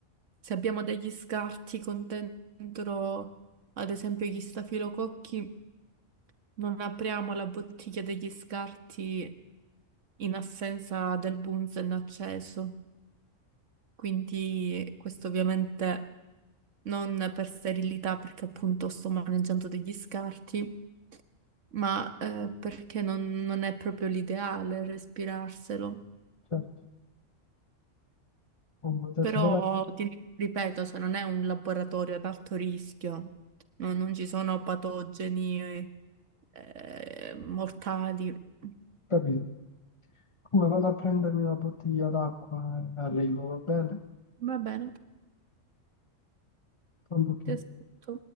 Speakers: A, on the right; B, on the left.
A: Se abbiamo degli scarti con dentro, ad esempio, gli stafilococchi, non apriamo la bottiglia degli scarti in assenza del bunzen acceso. Quindi questo ovviamente non per sterilità, perché appunto sto maneggiando degli scarti, ma eh, perché non, non è proprio l'ideale respirarselo.
B: certo, comunque
A: Però
B: adesso vado a
A: ti ripeto, cioè, non è un laboratorio ad alto rischio, no- non ci sono patogeni eh, mortali.
B: capire. Come vado a prendermi una bottiglia d'acqua e arrivo, va bene?
A: Va bene,
B: Tra un pochino.
A: ti aspetto.